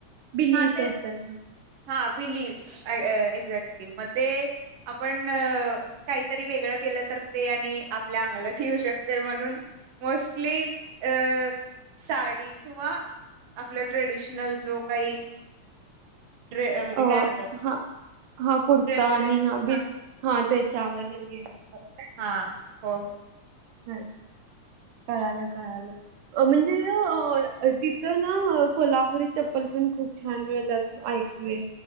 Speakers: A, on the right; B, on the right.
A: बिलीफ
B: हा ते
A: असतात.
B: हा बिलीव्हस एक्झॅक्टली मग ते आपण काहीतरी वेगळं केलं तर ते आणि आपल्या अंगलट येऊ शकतय म्हणून? मोस्टली अ साडी किंवा आपला ट्रेडिशनल जो काही ड्रे म्हणजे
A: अ
B: काय म्हणतात
A: हा हा कुर्ता
B: ड्रेसेस
A: आणि
B: आहेत
A: हा बि हा त्या चावर न घे ब
B: हा हो हो
A: आहेत. कळालं कळालं? म्हणजे तिथं ना कोल्हापुरी चप्पल पण खूप छान मिळतात? ऐकले